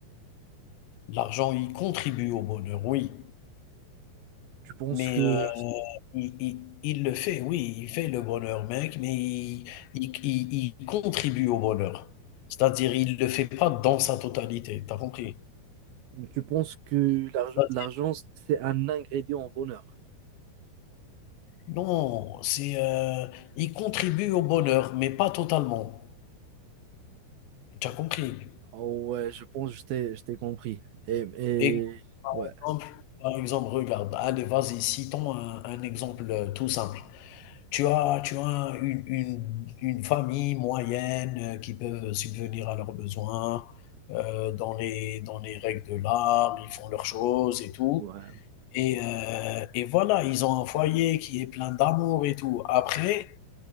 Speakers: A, on the left; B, on the right.
A: L'argent, il contribue au bonheur, oui.
B: Tu penses
A: Mais
B: que
A: euh, il, il- il le fait, oui, il fait le bonheur, mec, mais il, il- il- il contribue au bonheur. C'est-à-dire, il le fait pas dans sa totalité, t'as compris?
B: tu penses que l'arg-
A: C'est-à-dire,
B: l'argent, c'est un ingrédient au bonheur?
A: non, c'est, euh, il contribue au bonheur, mais pas totalement. T'as compris?
B: Oh, ouais, je pense que je t'ai je t'ai compris. Et, et
A: Et
B: ouais,
A: exemple, par exemple, regarde, allez, vas-y, citons un, un exemple euh, tout simple. Tu as, tu as une, une- une famille moyenne euh, qui peuvent subvenir à leurs besoins euh, dans les, dans les règles de l'art, ils font leurs choses et tout.
B: ouais,
A: Et, euh, et voilà, ils ont un foyer qui est plein d'amour et tout. Après,